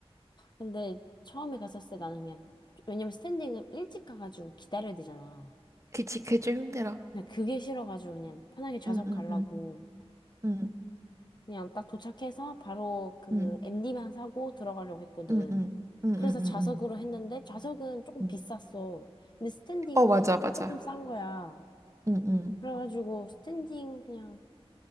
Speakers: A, on the left (about 45°); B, on the right (about 30°).
A: 근데 처음에 갔었을 때 나는 그냥 왜냐면 스탠딩을 일찍 가가지고 기다려야 되잖아.
B: 그치, 그게 좀 힘들어.
A: 그냥 그게 싫어가지고 그냥 편하게 좌석
B: 응, 응,
A: 가려고
B: 응, 응,
A: 그냥 딱 도착해서 바로 그
B: 응,
A: MD만 사고 들어가려고 했거든.
B: 응, 응, 응,
A: 그래서
B: 응, 응,
A: 좌석으로
B: 응
A: 했는데 좌석은 조금
B: 응.
A: 비쌌어. 근데 스탠딩은
B: 어, 맞아, 맞아.
A: 조금 싼 거야.
B: 응, 응,
A: 그래가지고 스탠딩 그냥